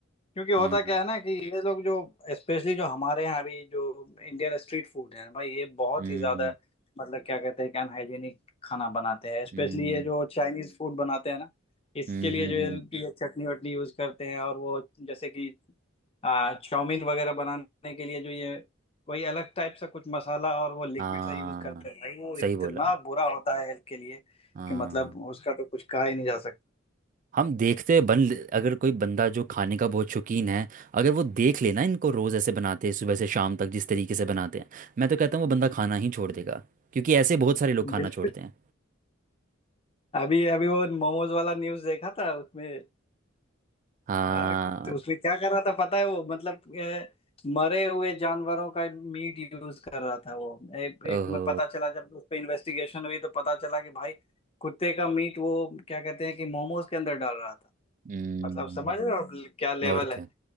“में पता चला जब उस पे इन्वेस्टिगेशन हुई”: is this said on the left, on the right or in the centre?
Left